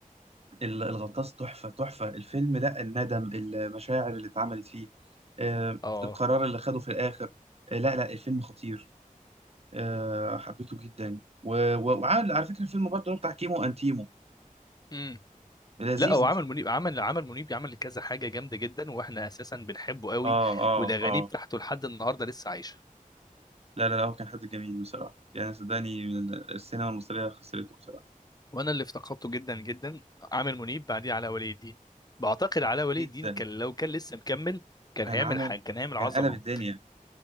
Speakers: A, on the right (about 45°); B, on the left (about 25°).
A: ال- الغطاس تحفه تحفه الفيلم لا الندم المشاعر اللي اتعملت فيه آه،
B: اه
A: القرار اللي خده في الاخر آه، لا لا الفيلم خطير آه، حبيته جدا و- و- وعامل على فكره الفيلم برضه اللي هو بتاع كيمو انتيمو
B: امم
A: لذيذ
B: لا هو عمل
A: مش
B: منيب عمل عمل منيب عمل كذا حاجه جامده جدا واحنا اساسا بنحبه قوي
A: اه اه
B: والاغاني
A: اه
B: بتاعته لحد النهارده لسه عايشه
A: لا لا لا هو كان حد جميل بصراحة يعني صدقني من السينما المصرية خسرته بصراحة
B: وانا اللي افتقدته جدا جدا عامر منيب بعديه علاء ولي الدين بعتقد علاء ولي
A: جدا
B: الدين كان لو كان لسه مكمل كان
A: كان
B: هيعمل
A: عمل
B: حاجه كان هيعمل عظمه
A: كان قلب الدنيا